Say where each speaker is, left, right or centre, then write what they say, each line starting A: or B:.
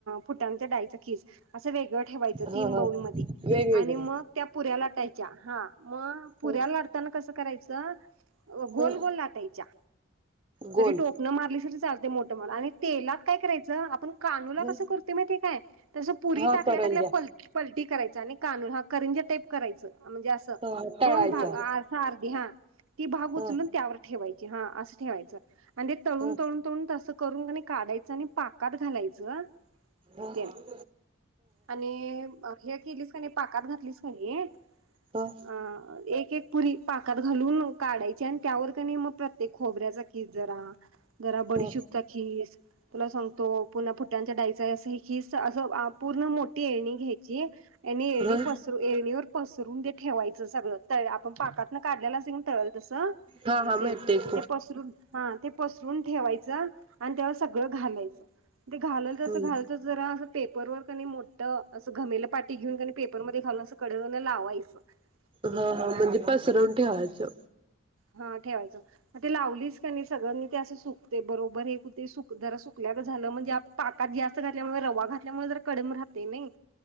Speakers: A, on the right; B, on the right.
A: फुटाण्याच्या डाळीचा कीस. असं वेगळं ठेवायचं
B: हा
A: तीन
B: हा
A: बाऊलमध्ये
B: वेगवेगळे
A: आणि मग त्या पुऱ्या लाटायच्या हा, मग पुऱ्या
B: ह
A: लाटताना कसं करायचं गोल
B: ह
A: गोल लाटायच्या
B: गोल
A: जरी टोपन मारली तरी चालतय मोठ आणि तेलात काय करायचं आपण कानुला
B: ह
A: कसं करतोय माहिती आहे काय? तसं पुरी
B: हा
A: टाकल्या
B: करंजा
A: टाकल्या पलटी करायच आणि कानू हा करंजी टाईप करायच, म्हणजे असं
B: ह ह तळायच्या
A: दोन भाग अस अर्धी हा ती भाग उचलून
B: ह
A: त्यावर ठेवायची हा अस ठेवायचं. आणि ते तळून
B: ह
A: तळून तळून तसं करून क काढायचं आणि पाकात घालायचं
B: ह ह ह
A: ते आणि हे केलीस नाही पाकात घातलीस का नाही
B: ह
A: अ एक एक पुरी पाकात घालून काढायची आणि त्यावर मग प्रत्येक खोबऱ्याचा खीस जरा, जरा बडीशूपचा
B: ह
A: खीस, तुला सांगतो पुन्हा फुट्यांच्या डाईचा अस खीस असं पूर्ण मोठी येळणी घ्यायची आणि एळणी
B: ह
A: पसर येळणीवर पसरून ते ठेवायचं सगळं तळ आपण पाकातन काढलेला असतंय बघ तळल तसं
B: हा हा
A: तेन
B: मग ते <inaudible>
A: पसरून हा ते पसरून ठेवायच आणि त्या सगळं घालायचं ते घालल तस
B: हम्म
A: घालल तस जरा पेपर वर कणी मोठं असं घमेल पाटी घेऊन क नी पेपरमध्ये घालुन कडवरन लावायचं. ते
B: हा हा म्हणजे पसरवून ठेवायचं.
A: हा ठेवायचं मग ते लावलीस का नाही, सगळ्यांनी ते असं सुकते बरोबर हे कुठे सु जरा सुकल्या ग झालं म्हणजे, पाकात जास्त घातल्यामुळे रवा घातल्यामुळे जर कडम राहतय नाई